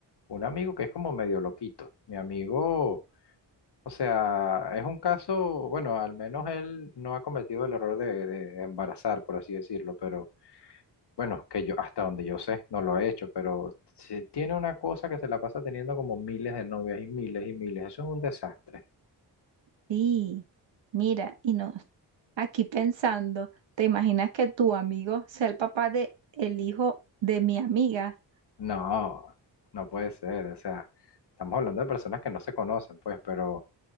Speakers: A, on the left (about 60°); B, on the right (about 75°).
A: un amigo que es como medio loquito, mi amigo... O sea, es un caso, bueno, al menos él no ha cometido el error de, de embarazar, por así decirlo, pero bueno, que yo, hasta donde yo sé, no lo he hecho, pero si tiene una cosa que se la pasa teniendo como miles de novias y miles y miles, eso es un desastre.
B: Sí, mira, y no, aquí pensando, ¿te imaginas que tu amigo sea el papá de el hijo de mi amiga?
A: No, no puede ser, o sea, estamos hablando de personas que no se conocen, pues, pero,